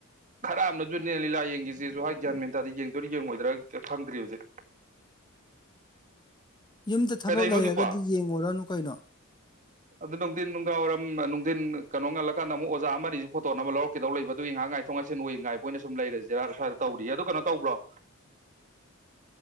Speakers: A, on the right; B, on the left.
A: ꯈꯔ ꯑꯃꯅꯁꯨꯅꯦ ꯂꯤꯂꯥ ꯌꯦꯡꯈꯤꯁꯤꯁꯨ ꯍꯥꯏ ꯒ꯭ꯌꯥꯟ ꯃꯦꯟꯇꯥꯗ ꯌꯦꯡꯗꯣꯏꯔꯥ ꯌꯦꯡꯉꯣꯏꯗ꯭ꯔꯥ ꯈꯪꯗ꯭ꯔꯤ ꯍꯧꯖꯤꯛ
B: ꯌꯨꯝꯗ ꯊꯕꯛ
A: ꯀꯗꯩꯅꯣ
B: ꯂꯩꯔꯒꯗꯤ
A: ꯍꯧꯖꯤꯛꯄꯣ
B: ꯌꯦꯡꯉꯨꯔꯅꯨ ꯀꯩꯅꯣ
A: ꯑꯗꯨ ꯅꯨꯡꯊꯤꯟ ꯅꯨꯡꯗꯥꯡ ꯋꯥꯏꯔꯝ ꯅꯨꯡꯊꯤꯟ ꯀꯩꯅꯣ ꯉꯜꯂꯀꯥꯟꯗ ꯑꯃꯨꯛ ꯑꯣꯖꯥ ꯑꯃ ꯑꯁꯤꯁꯨ ꯐꯣꯇꯣꯅꯕ ꯂꯧꯔꯛꯀꯗꯧ ꯂꯩꯕ ꯑꯗꯨꯒꯤ ꯉꯥꯏꯍꯥꯛ ꯉꯥꯏꯊꯣꯛ ꯉꯥꯏꯁꯤꯟ ꯑꯣꯏ ꯉꯥꯏꯕꯣꯏꯅ ꯁꯨꯝ ꯂꯩꯔꯁꯤꯔꯥ ꯁ꯭ꯏꯗ ꯇꯧꯔꯤꯌꯦ ꯑꯣ ꯀꯩꯅꯣ ꯇꯧꯕ꯭ꯔꯣ